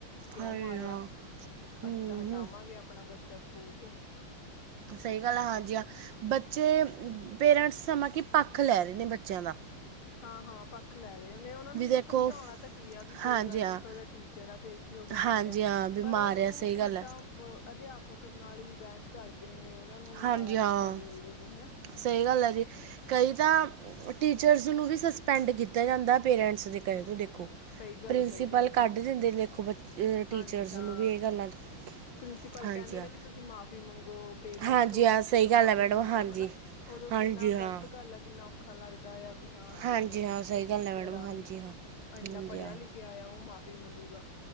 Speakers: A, on the left; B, on the right.
A: ਕਿਉਂ
B: ਹਾਂਜੀ
A: ਮਾਰਿਆ
B: ਹਾਂ ਹੂੰ
A: ਅਸੀਂ ਤਾਂ ਹਟਾਵਾਂਗੇ
B: ਹੂੰ
A: ਆਪਣਾ ਬੱਚਾ ਸਕੂਲ ਤੋਂ
B: ਸਹੀ ਗੱਲ ਐ, ਹਾਂਜੀ ਹਾਂ ਬੱਚੇ ਪੇਰੈਂਟਸ ਸਮਾਂ ਕਿ ਪੱਖ ਲੈ ਰਹੇ ਨੇ ਬੱਚਿਆਂ ਦਾ
A: ਹਾਂ ਹਾਂ ਪ ਲੈ ਰਹੇ ਨੇ ਉਹਨਾਂ ਨੂੰ
B: ਵੀ ਦੇਖੋ
A: ਸਮਝਾਉਣਾ ਤਾਂ ਕੀ ਆ ਵੀ ਕੋਈ
B: ਹਾਂਜੀ
A: ਗੱਲ
B: ਹਾਂ
A: ਨੀ ਟੀਚਰ ਆ ਫਿਰ ਕੀ ਹੋ ਗਿਆ
B: ਹਾਂਜੀ
A: ਮਾਰਿਆ
B: ਹਾਂ ਵੀ
A: ਪਰ
B: ਮਾਰਿਆ
A: ਉਹ
B: ਸਹੀ ਗੱਲ
A: ਉਲਟਾ
B: ਹੈ
A: ਅ ਅਧਿਆਪਕ ਨਾਲ ਹੀ ਬਹਿਸ ਕਰਦੇ ਨੇ ਉਹਨਾਂ ਨੂੰ
B: ਹਾਂਜੀ
A: ਮਾੜਾ
B: ਹਾਂ
A: ਚੰਗਾ ਬੋਲਦੇ ਨੇ ਹੈਨਾ
B: ਸਹੀ ਗੱਲ ਐ ਜੀ ਕਈ ਤਾਂ ਟੀਚਰਸ ਨੂੰ ਵੀ ਸਸਪੈਂਡ ਕੀਤਾ ਜਾਂਦਾ ਪੇਰੈਂਟਸ ਦੇ ਕਰੇ
A: ਹੂੰ
B: ਤੂੰ ਦੇਖੋ
A: ਸਹੀ ਗੱਲ
B: ਪ੍ਰਿੰਸੀਪਲ
A: ਆ, ਸਹੀ ਗੱਲ ਆ, ਸਹੀ
B: ਕੱਢ
A: ਗੱਲ
B: ਦਿੰਦੇ ਦੇਖੋ ਬ ਇਹ ਟੀਚਰਸ
A: ਹਾਂਜੀ ਹਾਂ
B: ਨੂੰ ਵੀ ਇਹ ਗੱਲਾਂ ਤੋ,
A: ਪ੍ਰਿੰਸੀਪਲ
B: ਹਾਂਜੀ
A: ਕਹਿੰਦੇ
B: ਹਾਂ
A: ਨੇ ਵੀ ਤੁਸੀਂ ਮਾਫ਼ੀ ਮੰਗੋ ਪੇਰੈਂਟਸ
B: ਹਾਂਜੀ
A: ਤੋਂ ਬੱਚੇ
B: ਹਾਂ ਸਹੀ
A: ਤੋਂ
B: ਗੱਲ
A: ਮਾਫ਼ੀ
B: ਹੈ ਮੈਡਮ
A: ਮੰਗੋ
B: ਹਾਂਜੀ
A: ਹਨਾ ਉਦੋਂ ਕਿੰਨਾ
B: ਹਾਂਜੀ ਹਾਂ
A: ਗ਼ਲਤ ਗੱਲ ਆ ਕਿੰਨਾ ਔਖਾ ਲੱਗਦਾ ਐ ਵੀ ਹਾਂ
B: ਹਾਂਜੀ
A: ਦੇਖ ਲਓ
B: ਹਾਂ ਸਹੀ
A: ਵੀ
B: ਗੱਲ
A: ਟੀਚਰ
B: ਹੈ ਮੈਡਮ
A: ਆਹੋ
B: ਹਾਂਜੀ ਹਾਂ
A: ਇੰਨਾ
B: ਹਾਂਜੀ
A: ਪੜ੍ਹਿਆ
B: ਹਾਂ
A: ਲਿਖਿਆ ਕਿ ਆਇਆ ਉਹ ਮਾਫ਼ੀ ਮੰਗੂਗਾ